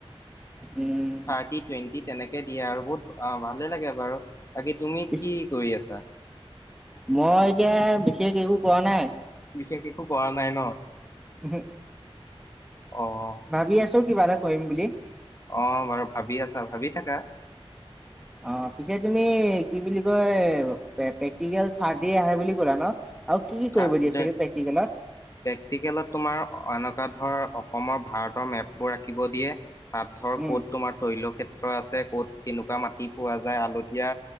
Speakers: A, in the centre; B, on the left.
A: উম।
B: থাৰ্টি টুৱেণ্টি তেনেকে দিয়ে আৰু বহুত ভালেই লাগে বাৰু বাকী তুমি
A: পিছ
B: কি কৰি আছা।
A: মই এতিয়া বিশেষ একো কৰা নাই।
B: বিশেষ একো কৰা নাই ন?
A: <unintelligible>
B: অ অ।
A: ভাবি আছোঁ কিবা এটা কৰিম বুলি।
B: অ বাৰু ভাবি আছা ভাবি থাকা।
A: অ পিছে তুমি কি বুলি কয় প্ৰেক্টিকেল থাৰ্তী আহে বুলি ক'লা ন? আৰু কি কি কৰিব
B: থা
A: দিয়ে চাগে প্ৰেক্টিকেলত?
B: প্ৰেক্টিকেলত তোমাৰ এনেকুৱা ধৰ অসমৰ ভাৰতৰ মেপ বোৰ আকিব দিয়ে। তাত ধৰ
A: উম,
B: ক'ত তোমাৰ তৈলক্ষেত্ৰ আছে ক'ত কেনেকুৱা মাটি পোৱা যায় আলতীয়া।